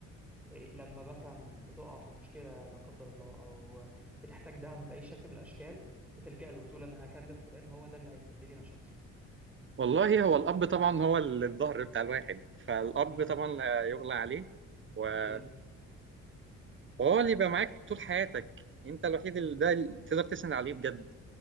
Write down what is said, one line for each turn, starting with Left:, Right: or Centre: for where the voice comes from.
Centre: إيه، لما مثلا بتقع في مشكله لا قدر الله او بتحتاج دعم باي شكل من الاشكال بتلجأ له بتقول انا هكلم فلان هو ده اللي هيحل لي مشاكلي
Right: والله هو الأب طبعا هو ال- الظهر بتاع الواحد فالأب
Centre: امم
Right: طبعا لا يغلى عليه و-
Centre: اكيد
Right: وهو اللي يبقى معاك طول حياتك أنت الوحيد اللي ده اللي تقدر تسند عليه بجد